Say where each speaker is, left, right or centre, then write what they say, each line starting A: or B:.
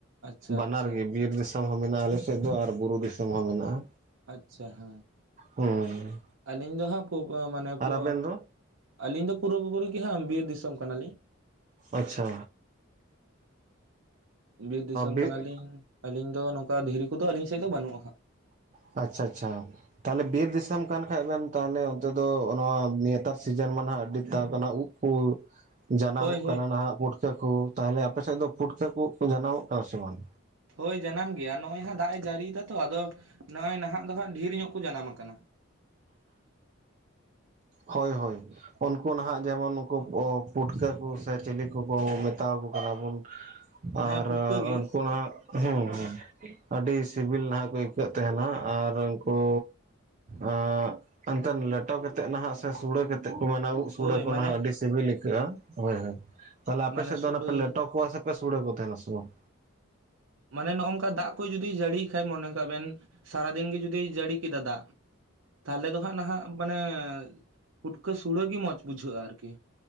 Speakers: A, on the right; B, on the right.
A: ᱟᱪᱪᱷᱟ
B: ᱵᱟᱱᱟᱨ
A: ᱟᱪᱪᱷᱟ
B: ᱜᱮ ᱵᱤᱨ ᱫᱤᱥ ᱛᱚᱢ ᱦᱚᱸ ᱢᱮᱱᱟᱜᱼᱟ ᱟᱞᱮ ᱥᱮᱜ ᱫᱚ ᱟᱨ ᱵᱩᱨᱩ ᱫᱤᱥᱚᱢ ᱦᱚᱸ ᱢᱮᱱᱟᱜᱼᱟ᱾
A: ᱟᱪᱪᱷᱟ ᱦᱮᱸ
B: ᱦᱩᱸ
A: ᱟᱹᱞᱤᱧ ᱫᱚ ᱦᱟᱸᱜ ᱯᱩᱵ ᱢᱟᱱᱮ
B: ᱟᱨ
A: ᱯᱳ
B: ᱟᱵᱮᱱ ᱫᱚ
A: ᱟᱹᱞᱤᱧ ᱫᱚ ᱯᱩᱨᱟ ᱯᱩᱨᱤ ᱜᱮ ᱦᱟᱜ ᱵᱤᱨ ᱫᱤᱥᱚᱢ ᱜᱮ ᱠᱟᱱᱟ ᱞᱤᱧ᱾
B: ᱟᱪᱪᱷᱟ
A: ᱵᱤᱨ ᱫᱤᱥᱚᱢ
B: ᱵᱤᱨ
A: ᱠᱟᱱᱟᱞᱤᱧ ᱟᱹᱞᱤᱧ ᱫᱚ ᱱᱚᱝᱠᱟ ᱫᱷᱤᱨᱤ ᱠᱚᱫᱚ ᱟᱹᱞᱤᱧ ᱥᱮᱫ ᱫᱚ ᱵᱟᱹᱱᱩᱜᱼᱟ ᱦᱟᱸᱜ᱾
B: ᱟᱪᱪᱷᱟ ᱟᱪᱪᱷᱟ᱾ ᱛᱟᱦᱚᱞᱮ ᱵᱤᱨ ᱫᱤᱥᱚᱢ ᱠᱟᱱ ᱠᱷᱟᱡ ᱵᱮᱱ ᱛᱟᱦᱚᱞᱮ ᱚᱱᱛᱮ ᱫᱚ ᱱᱚᱣᱟ ᱱᱮᱛᱟᱨ ᱥᱤᱡᱤᱱ ᱢᱟ ᱦᱟᱸᱜ ᱟᱹᱰᱤ ᱛᱟᱠ ᱚᱱᱟ ᱩᱵ ᱦᱚᱸ ᱡᱟᱱᱟᱢᱚᱜ
A: ᱦᱳᱭ ᱦᱳᱭ
B: ᱠᱟᱱᱟ ᱱᱟᱦᱟᱜ ᱯᱩᱴᱠᱟᱹ ᱠᱚ᱾ ᱛᱟᱦᱞᱮ ᱟᱯᱮ ᱥᱮᱫ ᱫᱚ ᱯᱩᱴᱠᱟᱹ ᱠᱚ ᱡᱟᱱᱟᱢᱚᱜ ᱠᱟᱱᱟ ᱥᱮ ᱵᱟᱝ?
A: ᱦᱳᱭ ᱡᱟᱱᱟᱢ ᱜᱮᱭᱟ ᱱᱚᱜ ᱚᱭ ᱦᱟᱜ ᱫᱟᱜ ᱮ ᱡᱟᱹᱨᱤ ᱫᱟ ᱛᱚ ᱟᱫᱚ ᱱᱚᱜ ᱚᱭ ᱱᱟᱦᱟᱜ ᱫᱚ ᱦᱟᱸᱜ ᱰᱷᱮᱨ ᱧᱚᱜ ᱠᱚ ᱡᱟᱱᱟᱢ ᱟᱠᱟᱱᱟ᱾
B: ᱦᱳᱭ ᱦᱳᱭ ᱩᱱᱠᱩ ᱱᱟᱦᱟᱜ ᱡᱮᱢᱚᱱ ᱩᱱᱠᱩ ᱯᱩᱴᱠᱟᱹ ᱠᱚ ᱥᱮ ᱪᱮᱞᱮ ᱠᱚᱠᱚ ᱢᱮᱛᱟᱣᱠᱚ ᱠᱟᱱᱟ ᱵᱚᱱ᱾ ᱟᱨ
A: ᱦᱮᱸ ᱯᱩᱴᱠᱟᱹ ᱜᱮ
B: ᱩᱱᱠᱩ ᱱᱟᱜ ᱦᱩᱸ ᱟᱹᱰᱤ ᱥᱤᱵᱤᱞ ᱱᱟᱦᱟᱜ ᱠᱚ ᱟᱹᱭᱠᱟᱹᱜ ᱛᱟᱦᱮᱱᱟ ᱟᱨ ᱩᱱᱠᱩ <inaudible> ᱞᱮᱴᱚ ᱜᱮ ᱛᱮ ᱱᱟᱦᱟᱜ ᱥᱮ ᱥᱩᱲᱟᱹ ᱠᱟᱛᱮ ᱠᱚ ᱢᱮᱱᱟ ᱩᱫ ᱥᱩᱲᱟᱹ
A: ᱦᱳᱭ
B: ᱠᱚ
A: ᱢᱟᱱᱮ
B: ᱱᱟᱦᱟᱜ ᱟᱹᱰᱤ ᱥᱤᱵᱤᱞ ᱟᱹᱭᱠᱟᱹᱜᱼᱟ ᱾ ᱦᱳᱭ ᱦᱳᱭ ᱛᱟᱦᱚᱞᱮ ᱟᱯᱮ
A: ᱢᱟᱱᱮ
B: ᱥᱮᱫ ᱫᱚ
A: ᱥᱩᱲᱟᱹ
B: ᱚᱱᱮ ᱯᱮ ᱞᱮᱴᱚ ᱠᱚᱣᱟ ᱥᱮ ᱯᱮ ᱥᱩᱲᱟᱹ ᱠᱚ ᱛᱟᱦᱮᱱᱟ ᱥᱮ ᱵᱟᱝ?
A: ᱢᱟᱱᱮ ᱱᱚᱼᱚᱱᱚᱝᱠᱟ ᱫᱟᱜ ᱠᱚ ᱡᱩᱫᱤ ᱡᱟᱹᱲᱤᱭ ᱠᱷᱟᱡ ᱢᱚᱱᱮ ᱠᱟᱜ ᱵᱮᱱ ᱥᱟᱨᱟ ᱫᱤᱱ ᱜᱮ ᱡᱩᱫᱤ ᱡᱟᱹᱲᱤ ᱠᱮᱫᱟ ᱫᱟᱜ ᱛᱟᱦᱚᱞᱮ ᱫᱚ ᱦᱟᱸᱜ ᱱᱟᱦᱟᱜ ᱢᱟᱱᱮ ᱯᱩᱴᱠᱟᱹ ᱥᱩᱲᱟᱹ ᱜᱮ ᱢᱚᱸᱡᱽ ᱵᱩᱡᱷᱟᱹᱜᱼᱟ ᱟᱨᱠᱤ᱾